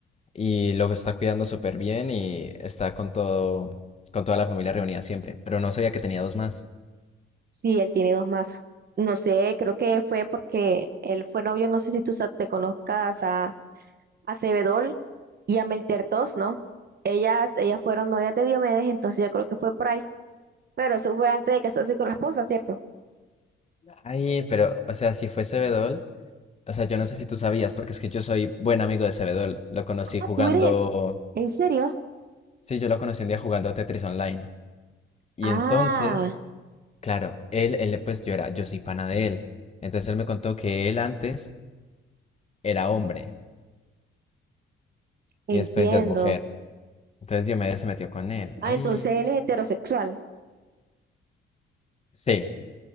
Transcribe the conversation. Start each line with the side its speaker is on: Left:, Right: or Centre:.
Left: y lo está cuidando súper bien y está con todo, con toda la familia reunida siempre. Pero no sabía que tenía dos más.
Right: Sí, él tiene dos más. No sé, creo que fue porque él fue novio, no sé si tú sa- te conozcas a, a Sebedol y a Meltertos, ¿no? Ellas, ellas fueron novias de Diomedes, entonces yo creo que fue por ahí. Pero eso fue antes de casarse con la esposa, ¿cierto?
Left: Ay, pero, o sea, si fue Cebedol, o sea, yo no sé si tú sabías, porque es que yo soy buen amigo de Cebedol. Lo conocí
Right: Ah,
Left: jugando.
Right: tú eres, he- ¿en serio?
Left: Sí, yo lo conocí un día jugando Tetris Online. Y
Right: Ah,
Left: entonces, claro, él, él, pues yo era, yo soy pana de él. Entonces él me contó que él antes era hombre
Right: entiendo.
Left: y después ya es mujer. Entonces Diomedes se metió con él.
Right: Ah,
Left: Ay,
Right: entonces él es heterosexual.
Left: sí,